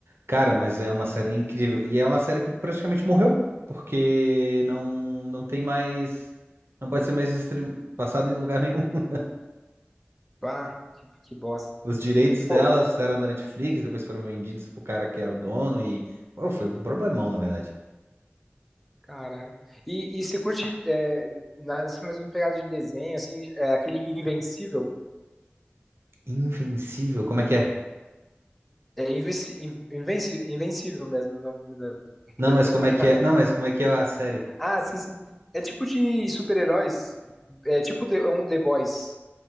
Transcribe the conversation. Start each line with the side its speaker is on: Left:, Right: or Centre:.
Right: Cara, mas
Centre: Hum.
Right: é uma série incrível. E é uma série que praticamente morreu, porque não, não tem mais. Não pode ser mais stream... passada em lugar nenhum. <laughs>
Centre: Ah, que, que bosta.
Right: Os direitos delas
Centre: Pô,
Right: eram da Netflix, depois foram vendidos pro cara que era o dono e. Pô, foi um problemão, na verdade.
Centre: caralho. E, e você curte é, nessa mesma pegada de desenho, assim, é, aquele Invencível?
Right: Invencível, como é que é?
Centre: É invenci, invenci, Invencível mesmo o nome da, <laughs>
Right: Não,
Centre: da
Right: mas
Centre: temporada.
Right: como é que é? Não, mas como é que é a série?
Centre: Ah, sim, sim. É tipo de super-heróis. É tipo The- um The Boys,